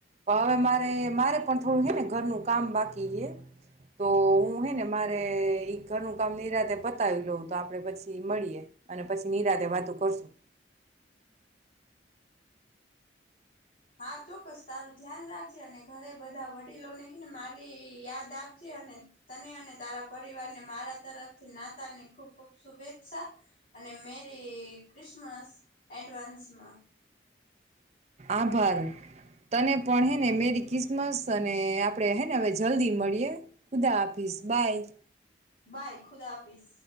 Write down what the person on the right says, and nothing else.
પણ હવે મારે મારે પણ થોડું છે ને ઘરનું કામ બાકી છે તો હું હે ને મારે ઘરનું કામ નિરાતે પતાવી લઉં તો આપડે પછી મળીએ અને પછી નિરાતેે વાતો કરશું
આભાર તને પણ હેને મેરી કિસમસ અને આપડે હેને હવે જલ્દી મળીએ ખુદા આપીશ હઝબાઈ